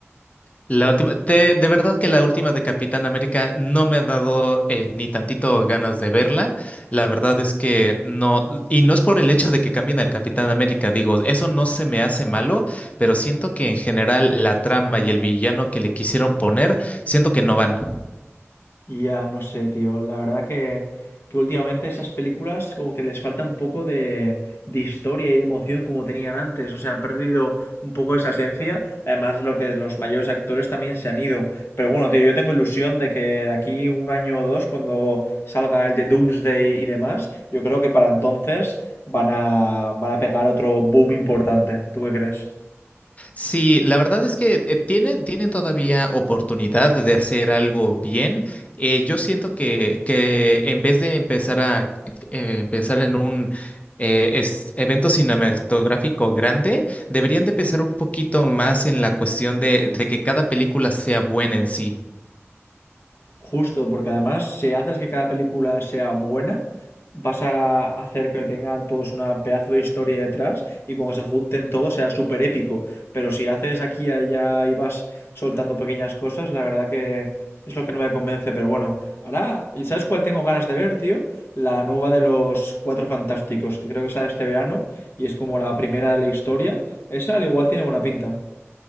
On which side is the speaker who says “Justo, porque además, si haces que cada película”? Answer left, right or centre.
Left